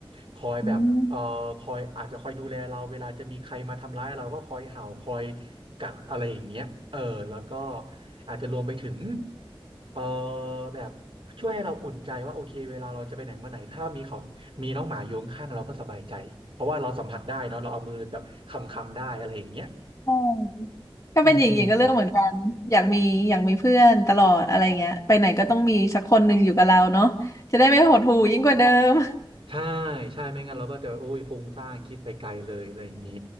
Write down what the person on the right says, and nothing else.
คอยแบบเอ่อคอยอาจจะคอยดูแลเราเวลาจะมีใครมาทำร้ายเราก็คอยเห่าคอย
กัดอะไรอย่างเงี้ยเออแล้วก็อาจจะรวมไปถึงเออแบบช่วยให้เราอุ่นใจว่าโอเคเวลาเราจะไปไหนมาไหนถ้ามีเขา มีน้องหมาอยู่ข้างๆเราก็สบายใจเพราะว่าเราสัมผัสได้เนาะเราเอามือแบบคำคำได้อะไรอย่างเงี้ย
อืมใช่ใช่ไม่งั้นเราก็จะโอ้ยฟุ้งซ่านคิดไปไกลเลยอะไรอย่างงี้